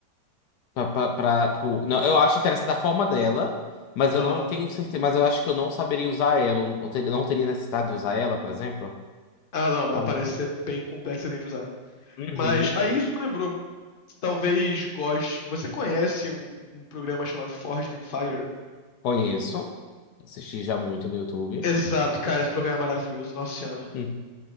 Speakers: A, on the left (about 70°); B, on the left (about 50°).
A: Pra, pra, pra, tipo, não, eu acho interessante a forma dela, mas
B: Aham.
A: eu não tenho certeza. Mas eu acho que eu não saberia usar ela. Eu ter- não teria necessidade de usar ela, por exemplo.
B: Ah, não, ela
A: Sabe?
B: parece ser bem complexa assim, de usar.
A: Uhum.
B: Mas aí isso me lembrou. Talvez goste. Você conhece um, um programa chamado Forged in Fire?
A: Conheço. Assisti já muito no YouTube.
B: Exato, cara, esse programa é maravilhoso, nossa senhora.
A: Hum.